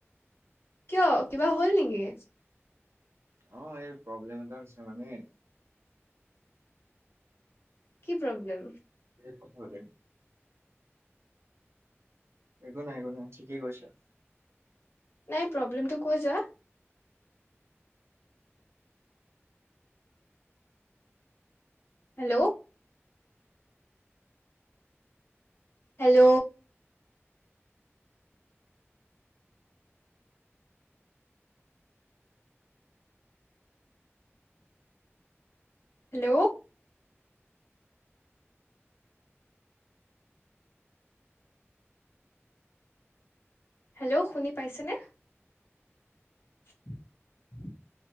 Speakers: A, on the left (about 55°); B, on the right (about 65°).
A: কিয়, কিবা হ'ল নেকি?
B: অ', এই প্ৰব্লেম এটা হৈছে মানে।
A: কি প্ৰব্লেম?
B: পিছত কথা পাতিম। একো নাই-একো নাই, ঠিকেই কৈছা।
A: নাই প্ৰব্লেমটো কৈ যা? হেল্ল'? হেল্ল'? হেল্ল'? হেল্ল', শুনি পাইছেনে। <inaudible>